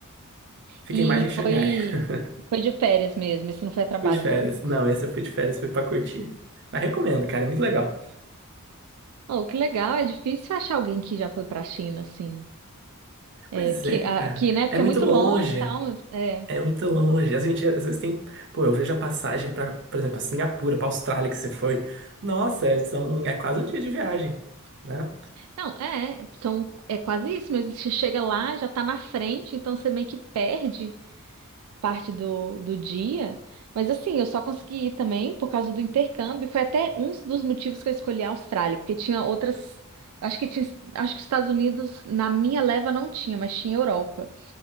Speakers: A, on the right; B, on the right.
A: Fiquei
B: E
A: mais em Xangai.
B: foi
A: <laughs>
B: foi de férias mesmo, isso não foi a trabalho,
A: Fui de férias.
B: não.
A: Não, esse eu fui de férias, fui pra curtir. Mas recomendo, cara, é muito legal.
B: Oh, que legal, é difícil achar alguém que já foi pra China, assim. É,
A: Pois
B: porque
A: é,
B: a-
A: cara.
B: aqui, né?
A: É
B: Porque
A: muito
B: é muito
A: longe.
B: longe e tal. mas, É.
A: É muito longe. A gente às vezes tem. Pô, eu vejo a passagem pra, por exemplo, a Singapura, pra Austrália que você foi. Nossa, é, são, é quase um dia de viagem, né?
B: Não, é, são, é quase isso, mas você chega lá, já tá na frente, então você meio que perde parte do, do dia. Mas assim, eu só consegui ir também por causa do intercâmbio. Foi até um dos motivos que eu escolhi a Austrália, porque tinha outras. Acho que tinha, acho que os Estados Unidos, na minha leva, não tinha, mas tinha Europa.